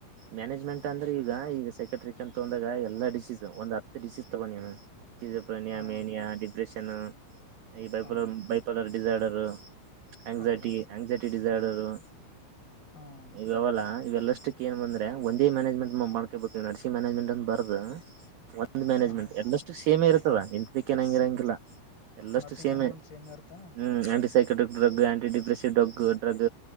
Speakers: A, on the right; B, on the left.
A: ಮ್ಯಾನೇಜ್ಮೆಂಟ್ ಅಂದ್ರೆ ಈಗ ಈಗ ಸೆಕ್ರೆಟರಿಕ್ ತೊಂದಾಗ ಎಲ್ಲಾ ಡಿಸೀಸ್. ಒಂದ ಹತ್ತು ಡಿಸೀಸ್ ತಗೊನಿಯಾ <unintelligible>
B: ಹಾ
A: ಮೇನಿಯಾ
B: ಅಣ್ಣ
A: ಡಿಪ್ರೆಷನ್. ಈ ಬೈಪಲರ್
B: ಹಾ
A: ಬೈಪಲರ್ ಡಿಸರ್ಡರ್ ಆಂಗಸಟಿ
B: ಹೌದಣ್ಣ
A: ಆಂಗ್ಸಾಡ್ ಡಿಸಾರ್ಡರ್. ಜಾಡರು.
B: ಹಾ ಅಣ್ಣ
A: ಇವ ಅವಲ್ಲ ಇವೆಲ್ಲಷ್ಟಕ್ಕ ಏನ್ ಬಂದ್ರೆ ಒಂದೇ ಮ್ಯಾನೇಜ್ಮೆಂಟ್ ಮಾಡ್ಕೇಬೇಕು ಇವ್ ನರ್ಸಿಂಗ್ ಮ್ಯಾನೇಜ್ಮೆಂಟ್ ಅ. ಬಾರದು <inaudible> ಒಂದು ಮ್ಯಾನೇಜ್ಮೆಂಟ್
B: ಹಾ ಹಾ ಅಣ್ಣ
A: ಎಲ್ಲಷ್ಟು ಸೇಮೇ ಇರುತ್ತದ ಇಂತದಕೆ ಏನಗಿಲಾ
B: ಸೆ
A: ಹನಂಗೀರಲ್ ಎಲ್ಲಷ್ಟು
B: ನರ್ಸಿಂಗ್
A: ಸೇಮೆ.
B: ಮ್ಯಾನೇಜ್ಮೆಂಟ್ ಸೇಮ್ ಇರ್ತೇನ
A: ಹ್ಮ್ <unintelligible> ಕ್ drug aunty ಡಿಪ್ರೆಸಿ drug drug